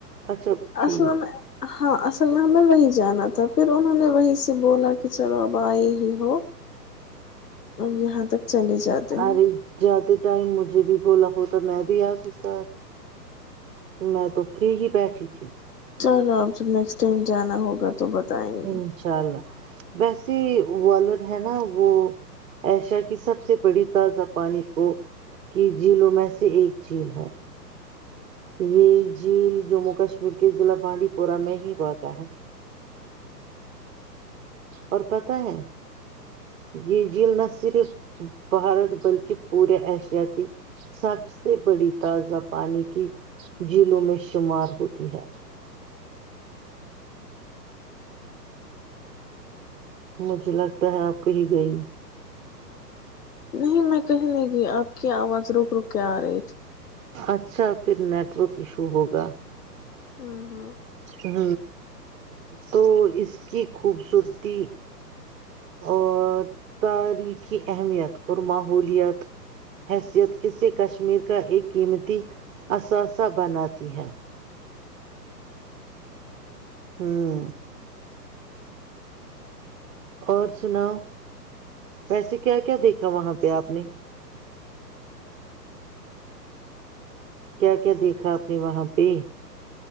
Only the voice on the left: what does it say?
اصل
میں ہاں اصل میں میں وہیں جانا تھا پھر انہوں نے وہیں سے بولا کہ چلو اب آئی ہی ہو اب یہاں تک چلے جاتے ہیں
چلو اب جب نیکسٹ ٹائم جانا ہوگا تو بتائیں گے
<unintelligible>
نہیں میں کہنے گی آپ کی آواز رک رک کیااری تھ <inaudible>
ہ ہاں <inaudible>